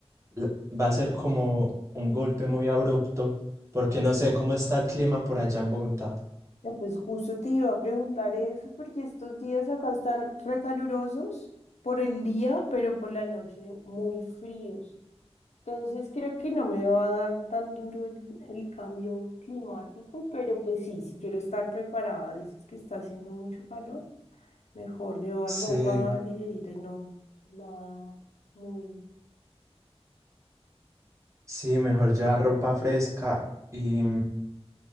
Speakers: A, on the right (about 25°); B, on the left (about 85°).
A: la- va a ser como un golpe muy abrupto, porque no sé cómo está el clima por allá en Bogotá.
B: No, pues justo te iba a preguntar eso, porque estos días acá están recalurosos por el día, pero por la noche muy fríos. Entonces creo que no me va a dar tan duro el, el cambio climático, pero pues sí, si quiero estar preparada, dices que está haciendo mucho calor, mejor llevar
A: Sí,
B: ropa ligerita y no nada muy
A: sí, mejor llevar ropa fresca y,